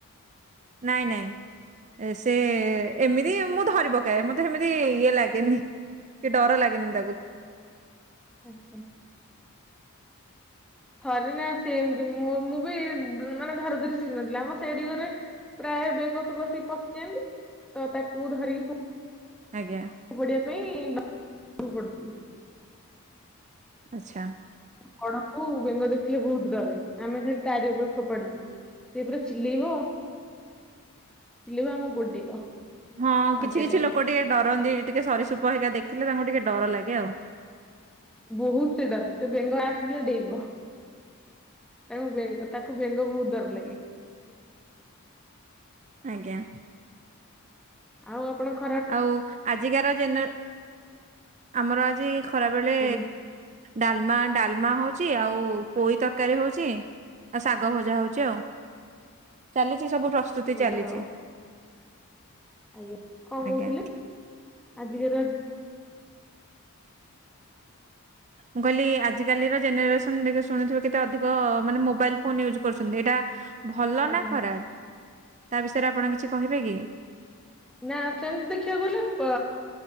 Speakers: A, on the right; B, in the centre.
A: ନାଇଁ ନାଇଁ ସେ
B: ଆଉ।
A: ଏମିତି ମୁଁ ଧରି ପକାଏ ମତେ ସେମିତି ଇଏ ଲାଗେନି କି ଡର ଲାଗେନି ତାକୁ।
B: ଆଚ୍ଛା। ଥରେ ନା ସେମତି ମୁଁ ମୁଁ ବି ମାନେ ଧରା ଧରି ଶିଖିନଥିଲି ଆମ ସେଡି ଘରେ ପ୍ରା ଏ ବେଙ୍ଗ ସବୁ ଆସିକି ପଶିଜାନ୍ତି ତ ତାକୁ ଧରିକି।
A: ଆଜ୍ଞା।
B: ଫୋପାଡ଼ିବା ପାଇଁ <inaudible> କରୁଥିଲି
A: ଆଛା।
B: ବଡ଼ବୋଉ ବେଙ୍ଗ ଦେଖିଲେ ବହୁତ ଡରେ, ଆମେ ଖାଲି ତାରି ଉପରେ ଫୋପାଡିବୁ। ସେପୁରା ଚିଲେଇବ ଚିଲେଇବ ଆମକୁ ଗୋଡେଇବ।
A: ହଁ
B: ମଜା
A: କିଛି କିଛି
B: ଲାଗେ
A: ଲୋକ ଟିକେ ଡରନ୍ତି ଟିକେ ସରିଶ୍ରୁପ ହେରିକା ଦେଖିଲେ ତାଙ୍କ। ଟିକେ ଡର ଲାଗେ ଆଉ।
B: ବହୁତ ସେ ଡରେ ସେ ବେଙ୍ଗ ଆସିଲେ ଡେଇଁବ। ତାଙ୍କୁ ବେଙ୍ଗ ତାକୁ ବେଙ୍ଗ ବହୁତ ଡର ଲାଗେ।
A: ଆଜ୍ଞା।।
B: ଆଉ ଆପଣ କ
A: ଆଉ ଆଜିକାର ଜେନେର ଆମର ଆଜି ଖରାବେଳେ
B: ଆଜ୍ଞା
A: ଡାଲମା ଡାଲ ମା ହଉଛି ଆଉ ପୋଇ ତରକାରୀ ହଉଛି ଆଉ ଶାଗ ଭଜା ହଉଛି ଆଉ। ଚାଲିଛି ସବୁ ପ୍ରସ୍ତୁତି
B: ବଢିଆ
A: ଚାଲିଛି।
B: ଆଉ ଆଜ୍ଞା କଣ
A: ଆଜ୍ଞା।
B: କହୁଥିଲେ ଆଜିକା
A: ମୁଁ କହିଲି ଆଜି କାଲି। ର ଜେନେରେସନ ଦେଖ ଶୁଣୁଥିବ କେତେ ଅଧିକ ମାନେ ମୋବାଇଲ ଫୋନ ୟୁଜ୍ କରୁଛନ୍ତି ଏଇଟା। ଭଲ
B: ଆଜ୍ଞା
A: ନା ଖରାପ ତା ବିଷୟରେ ଆପଣ କିଛି କହିବେ କି।
B: ନା ସେମିତି ଦେଖିବାକୁ ଗଲେ ପ